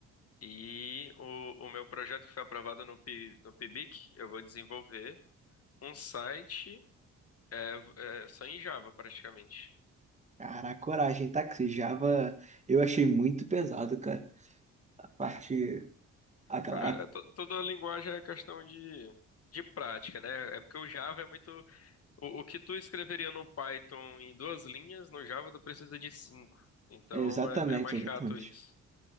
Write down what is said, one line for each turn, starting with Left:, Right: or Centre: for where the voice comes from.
Left: E o, o meu projeto que foi aprovado no, P, no Pibic eu vou desenvolver um site é, é, só em Java, praticamente.
Right: Caraca, coragem, tá? Que esse Java eu achei muito pesado, cara. A parte. Aquela.
Left: Cara, é to- toda a linguagem é questão de, de prática, né? É porque o Java é muito. O, o que tu escreveria no Python em duas linhas, no Java tu precisa de cinco. Então
Right: Exatamente,
Left: é, é mais
Right: exatamente.
Left: chato isso.